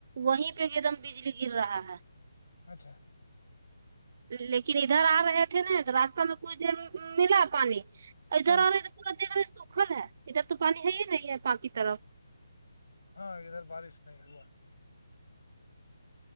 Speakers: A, on the right; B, on the left.
A: وہیں پہ ایک ایک دم بجلی گر رہا ہے
B: اچھا
A: لیکن ادھر آ رہے تھے نا تو راستہ میں کچھ دیر ملا پانی ادھر
B: ہاں
A: آ رہے تورت دیکھ رہے سوکھل ہے ادھر تو پانی ہے ہی نہیں ہے پا کی طرف
B: ہاں ادھر بارش نہیں ہوا